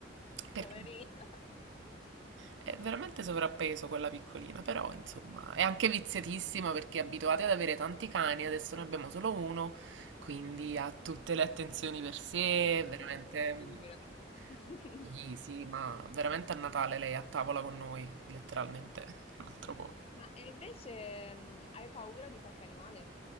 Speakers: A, on the right; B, on the left.
A: Perché
B: Poverino.
A: è veramente
B: <laughs>
A: sovrappeso quella piccolina, però insomma è anche viziatissima perché è abituata ad avere tanti cani, adesso ne abbiamo solo uno, quindi ha tutte le attenzioni per sé, è
B: Eh,
A: veramente...
B: beh,
A: un-
B: figurati. <laughs>
A: Sì, sì, ma veramente a Natale lei è a tavola con noi, letteralmente, <laughs> un altro po'.
B: Ma e invece mh, hai paura di qualche animale?